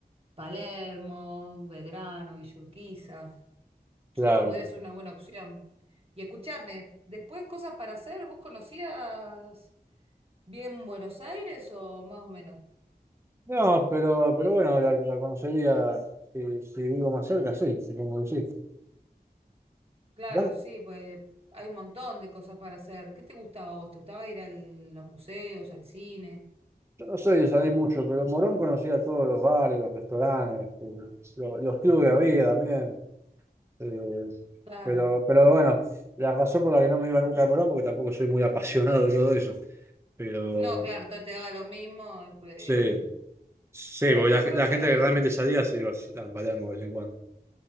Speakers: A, on the right; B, on the right.
A: Palermo, Belgrano, Villurquiza.
B: claro.
A: Yo creo que podría ser una buena opción. Y escúchame, después cosas para hacer, ¿vos conocías bien Buenos Aires o más o menos?
B: No, pero, pero bueno, la, la conocería si, si vivo más cerca, sí, supongo que sí.
A: Claro,
B: Yo
A: sí, pues hay un montón de cosas para hacer. ¿Qué te gustaba a vos? ¿Te gustaba ir a los museos, al cine?
B: no soy de salir mucho, pero en Morón conocía todos los bares, los restaurantes, eh, lo- los, clubes que había también. Eh,
A: Claro.
B: pero, pero bueno, la razón por la que no me iba nunca a Morón, porque tampoco soy muy apasionado de todo eso. Pero
A: No, claro, todo te daba lo mismo. eh,
B: sí, sí,
A: Pero
B: porque
A: yo
B: la,
A: creo
B: la
A: que
B: gente que realmente salía se iba a Palermo de vez en cuando.